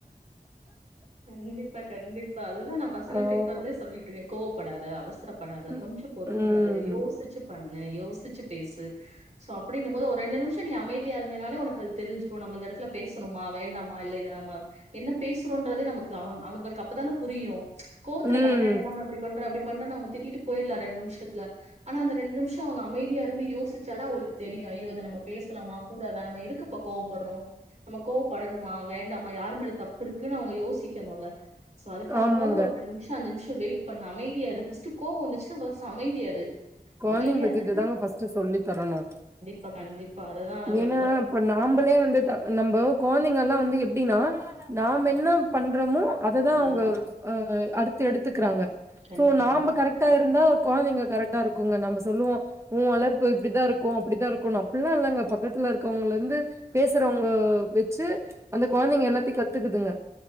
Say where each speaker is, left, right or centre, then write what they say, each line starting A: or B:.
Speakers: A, on the right; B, on the right.
A: கண்டிப்பா கண்டிப்பா அதுதா நான் பசங்கிட்
B: ஓ!
A: இப்பறதே சொல்லிட்ருக்கே கோவப்படாத அவசரப் படாத
B: ம்.
A: கொஞ்சோ பொறுமையா
B: ம்.
A: இரு யோசிச்சு பண் யோசிச்சு பேசு சோ அப்டினும் போது ஒரு ரெண்டு நிம்ஷோ நீ அமைத் <inaudible> இருந்தனாலே உனக்கு அது தெரிஞ்சிறோ நம்ம இந்த எடத்துல பேசணுமா வேண்டாமா இல்ல இத நாம்ம என்ன பேசுறோன்றது நமக்கு அவங் அவ அவனுக்கு அப்பதான புரியு கோவத்துல
B: ம்.
A: கடகடன்னு என்ன மா இப்டி பண்ற அப்டி <unintelligible> அவுங்க திட்டிட்டு போய்ட்லா ரெண்ட் நிமிஷத்துல ஆனா அந்த ரெண்ட் நிம்ஷோ அவுங்க அமைதிய இருந்து யோசிச்சா தா அவ்ளுக்கு தெரியு ஐயோ இத நாம பேசலாமா கூடாதா நாம எதுக் இப்ப கோவப்பட்றோ நம் கோவப்படணுமா வேண்டாமா யாரு மேல தப்பு இருக்குன்னு அவுங்க யோசிக்கணுல்ல சோ அதுக்காகவது
B: ஆமாங்க.
A: ஒரு ரெண்டு நிஷோ அஞ்சு நிஷோ வெயிட் பண்ணு அமைதியா இரு ஃபஸ்ட்டு கோவு வந்துச்சுனாஃபஸ் அமைதியா இரு
B: கொழந்தைங்ளுக்கு
A: அமைதியா இருந்துட்டு
B: இது தாங்க பஸ்ட்டு சொல்லி தரணு
A: <unintelligible> இப்ப அத தா <unintelligible>
B: ஏனா இப்ப நாம்பளே வந்து த நம்போ கொழந்தைங்கில்லா வந்து எப்டினா நாம் என்னம் பண்றோமோ அத
A: பண்ணணும்
B: தா அவுங்க
A: அததான்
B: அ அடுத்து எடுத்துக்கிறாங்க
A: கண்டிப்பா
B: சோ நாம்ப
A: கண்டிப்பா
B: கரெக்டா இருந்தா கொழந்தைங்க கரெக்டா இருக்குங்க நம்ப சொல்லுவோ உ வளர்ப்பு இப்டி தா இருக்கு அப்டி தா இருக்குனு அப்பில்லாஇ ல்லங்க பக்கத்துல இருக்கவங்களுந்து பேசுறவங்க வெச்சு அந்த கொழந்தைங்க எல்லாத்தையு கத்துக்குதுங்க